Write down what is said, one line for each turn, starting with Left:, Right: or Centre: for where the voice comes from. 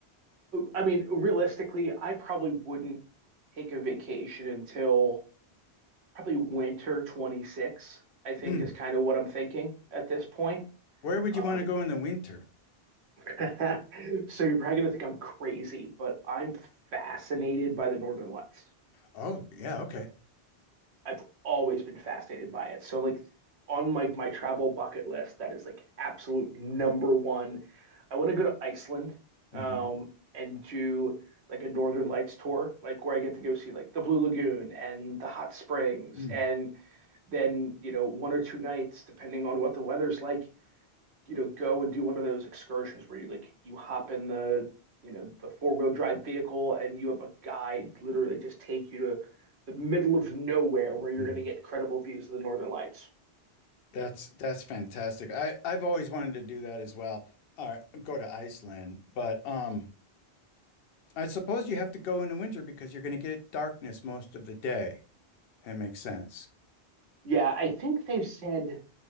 Right: I mean, realistically, I probably wouldn't take a vacation until probably winter 26, I think
Left: Hmm.
Right: is kind of what I'm thinking at this point.
Left: Where would
Right: Um,
Left: you want to go in the winter?
Right: <laughs> so you're probably going to think I'm crazy, but I'm fascinated by the Northern Lights.
Left: Oh, yeah, okay.
Right: I've always been fascinated by it. So like on like my travel bucket list, that is like absolute number one. I want to go to Iceland, um,
Left: hmm
Right: and do like a Northern Lights tour, like where I get to go see like the Blue Lagoon and the hot springs,
Left: Mm-hmm.
Right: and then you know one or two nights, depending on what the weather's like, you know, go and do one of those excursions where you like you hop in the, you know, the four-wheel drive vehicle and you have a guide literally just take you to the middle of nowhere where you're
Left: Mm-hmm.
Right: going to get incredible views of the Northern Lights.
Left: That's that's fantastic. I I've always wanted to do that as well. All right, go to Iceland, but um, I suppose you have to go in the winter because you're going to get darkness most of the day. That makes sense.
Right: Yeah, I think they've said